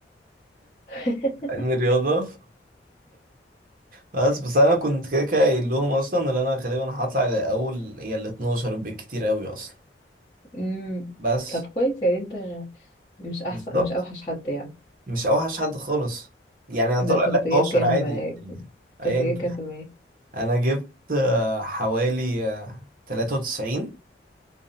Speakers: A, on the left; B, on the right.
A: <laughs>
B: علم رياضة ف- بس بس انا كنت كده كده قايل لهم اصلا ان انا غالبا هطلع الاول يا ال 12 بالكتير قوي اصلا
A: أمم،
B: بس
A: طب كويس يعني انت مش احسن
B: بالظبط
A: مش اوحش حد يعني
B: مش اوحش حد خالص يعني انا
A: ده
B: طالع
A: انت كنت
B: ال 11
A: جايب كام
B: عادي <laughs> يعني، ايا
A: كنت جايب كام في المية
B: انا جبت آه، حوالي آه، 93